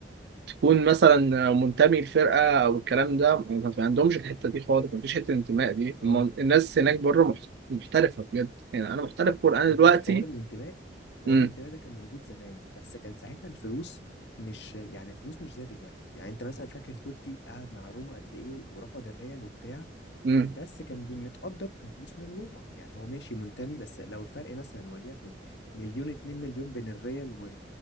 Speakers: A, on the right; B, on the left.
A: تكون مثلا منتمي لفرقه او الكلام ده ما في عندهمش الحته دي خالص ما فيش حته الانتماء دي
B: اه
A: الم- الناس هناك بره مح- محترفه بجد يعني انا محترف كوره انا
B: انت
A: دلوقتي
B: عارف حوار الانتماء حوار
A: امم
B: الانتماء ده كان موجود زمان بس كان ساعتها الفلوس مش يعني الفلوس مش زي دلوقتي يعني انت مثلا فاكر توتي قعد مع روما قد ايه ورفض الريال وبتاع
A: امم
B: بس كان بي- متقدر كفلوس من روما يعني هو ماشي منتمي بس لو الفرق مثلا وليكن مليون اتنين مليون بين الريال و...